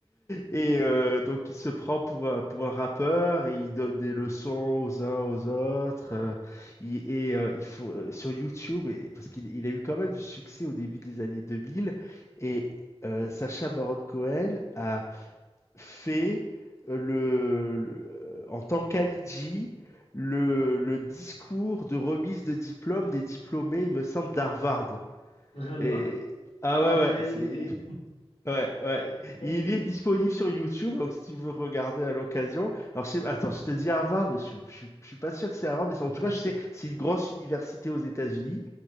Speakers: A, on the left (about 25°); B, on the left (about 75°).
A: et euh, donc il se prend pour, un- pour un rappeur et il donne des leçons aux uns aux autres, euh, il- et euh, il faut, euh, sur YouTube, et, parce qu'il il a eu quand même du succès au début des années 2000, et, euh, Sacha Baron Cohen a fait euh, le, le- euh, en tant qu'Alidji le, le discours de remise de diplôme des diplômés, il me semble, d'Harvard.
B: Vraiment?
A: Et ah ouais
B: Dans la
A: ouais,
B: réalité?
A: c'est Ouais, ouais.
B: OK.
A: Il est disponible sur YouTube, donc si tu veux regarder à l'occasion. Alors, je sais, attends, je te dis Harvard, mais je, suis- je, suis- je suis pas sûr que c'est Harvard, mais c'est- en
B: Ah.
A: tout cas, je sais, c'est une grosse université aux États-Unis,